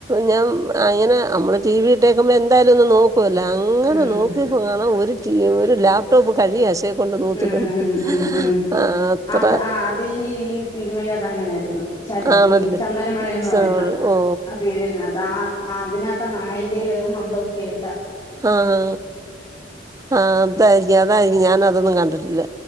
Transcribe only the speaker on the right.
ഞാൻ അങ്ങനെ നമ്മള് ടീവിട്ടേക്കുമ്പോ എന്തായും ഒന്ന് <unintelligible> പോലെ അങ്ങനെ
നോക്കി <unintelligible> ഒരു ലാപ്ടോപ് <unintelligible> കൊണ്ട് നൂതിടുന്നു
ആ അത്ര
ആണല്ലേ
സോ,
ഓ
ആഹ് ആഹ് അതാ അതായിരിക്കും ഞാനതൊന്നും കണ്ടിട്ടില്ല